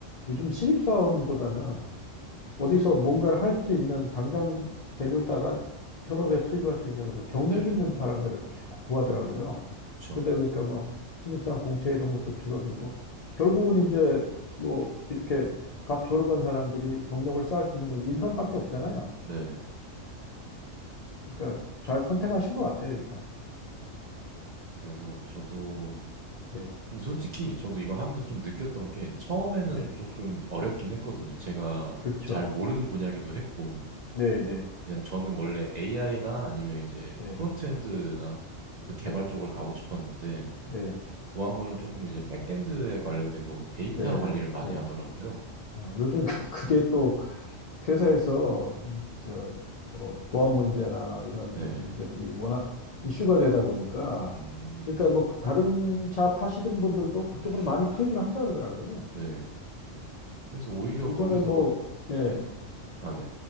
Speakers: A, on the left (about 75°); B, on the right (about 50°).
A: 요즘 신입사원보다는 어디서 뭔가를 할 수 있는 당장 데려다가 현업에 투입할 수 있는 그런 경력
B: 네네.
A: 있는 사람들을 자꾸 구하더라고요.
B: 그쵸.
A: 그러다 보니까 뭐 신입사원 공채 이런 것도 줄어들고 결국은 이제 뭐 이렇게 각 졸업한 사람들이 경력을 쌓을 수 있는 건 인턴밖에 없잖아요.
B: 네.
A: 그러니까 잘 선택하신 것 같아요, 일단.
B: 그래서 저도,
A: 예.
B: 근데 솔직히 저도 이거 하면서 좀 느꼈던 게, 처음에는
A: 네,
B: 조금 어렵긴 했거든요. 제가
A: 그렇죠.
B: 잘 모르는 분야기도 했고,
A: 네, 네,
B: 왜냐면 저는 원래 AI나 아니면 이제
A: 네,
B: 프론트엔드나 그 개발
A: 네,
B: 쪽을 가고 싶었는데,
A: 네,
B: 구한 거는 조금 이제 백엔드에 관련된 거고, 데이터
A: 네,
B: 관리를
A: 네,
B: 많이
A: 네.
B: 하더라고요.
A: 어, 요즘 <laughs> 그- 그게 또 회사에서 요즘 저, 뭐 보안 문제나 이런
B: 네.
A: 문제들이 워낙 이슈가 되다 보니까
B: 음,
A: 그러니까 뭐그 다른 잡 하시던 분들도 그쪽으로 많이 투입을 한다 그러더라고요.
B: 네. 그래서 오히려
A: 이번에
B: 거기서
A: 뭐 예,
B: 네. 아, 네.